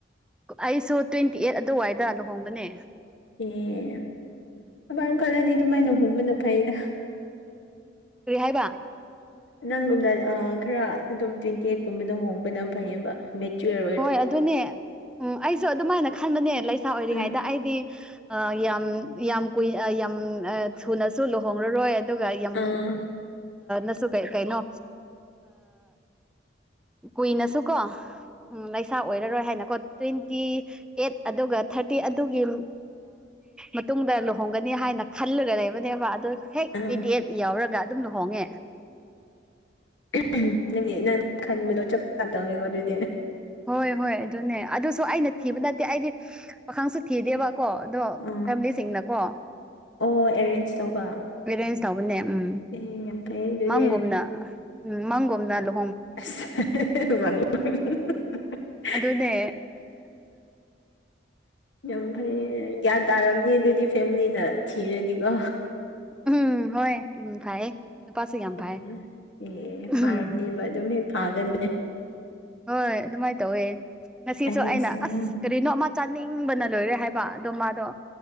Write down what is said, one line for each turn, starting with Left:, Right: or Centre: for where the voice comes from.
Centre: ꯑꯩꯁꯨ ꯇ꯭ꯋꯦꯟꯇꯤ ꯑꯩꯠ ꯑꯗꯨꯋꯥꯏꯗ ꯂꯨꯍꯣꯡꯕꯅꯦ
Left: ꯑꯦ ꯑꯃꯥꯏꯅ ꯈꯜꯂꯗꯤ ꯑꯗꯨꯃꯥꯏꯅ ꯍꯣꯡꯕꯅ ꯐꯩꯗ
Centre: ꯀꯔꯤ ꯍꯥꯏꯕ
Left: ꯅꯪꯒꯨꯝꯅ ꯈꯔ ꯑꯗꯨꯝ ꯇ꯭ꯔꯤꯟꯇꯦꯠꯀꯨꯝꯕꯗ ꯍꯣꯡꯕꯅ ꯐꯩꯌꯦꯕ ꯃꯦꯆꯔ
Centre: ꯍꯣꯏ ꯑꯗꯨꯅꯦ ꯎꯝ ꯑꯩꯁꯨ ꯑꯗꯨꯃꯥꯏꯅ ꯈꯟꯕꯅꯦ ꯂꯩꯁꯥ ꯑꯣꯏꯔꯤꯉꯩꯗ
Left: ꯑꯥ
Centre: ꯑꯩꯗꯤ ꯑ ꯌꯥꯝ ꯌꯥꯝ ꯀꯨꯏ ꯌꯥꯝ ꯊꯨꯅꯁꯨ ꯂꯨꯍꯣꯡꯂꯔꯣꯏ ꯑꯗꯨꯒ ꯌꯥꯝ
Left: ꯎꯝ
Centre: ꯅꯁꯨ ꯀꯩ ꯀꯩꯅꯣ ꯀꯨꯏꯅꯁꯨꯀꯣ ꯎꯝ ꯂꯩꯁꯥ ꯑꯣꯏꯔꯔꯣꯏ ꯍꯥꯏꯅꯀꯣ ꯇ꯭ꯋꯦꯟꯇꯤ ꯑꯦꯠ ꯑꯗꯨꯒ ꯊꯥꯔꯇꯤ ꯑꯗꯨꯒꯤ ꯃꯇꯨꯡꯗ ꯂꯨꯍꯣꯡꯒꯅꯤ ꯍꯥꯏꯅ ꯈꯜꯂꯒ ꯂꯩꯕꯅꯦꯕ ꯑꯗꯣ ꯍꯦꯛ
Left: ꯑꯥ
Centre: ꯇ꯭ꯋꯦꯟꯇꯤ ꯑꯩꯠ ꯌꯥꯎꯔꯒ ꯑꯗꯨꯝ ꯂꯨꯍꯣꯡꯉꯦ
Left: ꯑꯦ ꯅꯪ ꯅꯪ ꯈꯟꯕꯗꯣ ꯆꯞ ꯆꯥ ꯇꯧꯋꯦꯀꯣ ꯑꯗꯨꯏꯗꯤ
Centre: ꯍꯣꯏ ꯍꯣꯏ ꯑꯗꯨꯅꯦ ꯑꯗꯨꯁꯨ ꯑꯩꯅ ꯊꯤꯕ ꯅꯠꯇꯦ ꯑꯩꯗꯤ ꯄꯥꯈꯪꯁꯨ ꯊꯤꯗꯦꯕ ꯀꯣ ꯑꯗꯣ
Left: ꯑꯥ
Centre: ꯐꯦꯃꯤꯂꯤꯁꯤꯡꯅꯀꯣ
Left: ꯑꯣ ꯑꯦꯔꯦꯟꯖ ꯇꯧꯕ
Centre: ꯑꯦꯔꯦꯟꯁ ꯇꯧꯕꯅꯦ ꯎꯝ
Left: ꯑꯦ ꯌꯥꯝ ꯐꯩ ꯑꯗꯨꯗꯤ
Centre: ꯃꯪꯒꯨꯝꯅ ꯎꯝ ꯃꯪꯒꯨꯝꯅ ꯂꯨ
Left: <inaudible> <inaudible>
Centre: ꯑꯗꯨꯅꯦ
Left: ꯌꯥꯝ ꯐꯩꯌꯦ ꯒ꯭ꯌꯥꯟ ꯇꯥꯔꯝꯅꯤ ꯑꯗꯨꯗꯤ ꯐꯦꯃꯤꯂꯤꯅ ꯊꯤꯔꯗꯤꯀꯣ
Centre: ꯎꯝ ꯍꯣꯏ ꯎꯝ ꯐꯥꯏꯌꯦ ꯅꯨꯄꯥꯁꯨ ꯌꯥꯝ ꯐꯥꯏ
Left: ꯑꯦ ꯑꯦ
Centre: ꯎꯝ
Left: ꯐꯥꯔꯕꯅꯦꯕ ꯑꯗꯨꯝ ꯃꯤ ꯐꯥꯒꯟꯕꯅꯦ
Centre: ꯍꯣꯏ ꯑꯗꯨꯃꯥꯏꯅ ꯇꯧꯋꯦ ꯉꯁꯤꯁꯨ
Left: ꯑꯦꯔꯦꯟꯖ
Centre: ꯑꯩꯅ ꯑꯁ ꯀꯔꯤꯅꯣ ꯑꯃ ꯆꯥꯅꯤꯡꯕꯅ ꯂꯣꯏꯔꯦ ꯍꯥꯏꯕ ꯑꯗꯣ ꯃꯥꯗꯣ